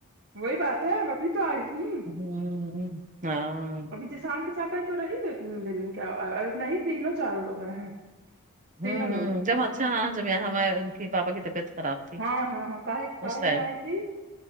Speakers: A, on the right; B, on the right.
A: وہی بات ہے ابھی تو آئی تھی
B: ہمم ہاں
A: جی سگ کے ساتھ آئی تو رہی دو ت دن کیا نہیں تینوں چاروں لوگ ہیں تینوں
B: ہمم ہمم
A: لوگ
B: جب اچھااں جب یہاں ہمارے ان کی پاپا کی طبیعت خراب تھی
A: ہاں ہاں ہاں کا کہے
B: اس ٹائم
A: میں آئی تھی